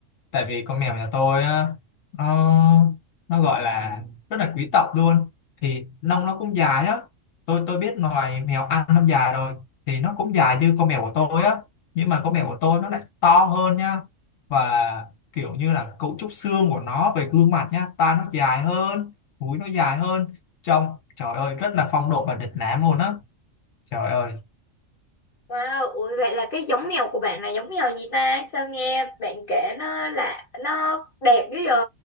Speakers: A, on the left; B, on the left.
A: tại vì con mèo nhà tôi á nó nó gọi là rất là quý tộc luôn thì lông nó cũng dài á tôi tôi biết loài mèo ăn lông dài rồi thì nó cũng dài như con mèo của tôi á nhưng mà con mèo của tôi nó lại to hơn nha và kiểu như là cấu trúc xương của nó về gương mặt nha tai nó dài hơn mũi nó dài hơn trông trời ơi rất là phong độ và lịch lãm luôn á trời ơi
B: Wow, ủa vậy là cái giống mèo của bạn là giống mèo gì ta? Sao nghe bạn kể nó là nó đẹp dữ vậy?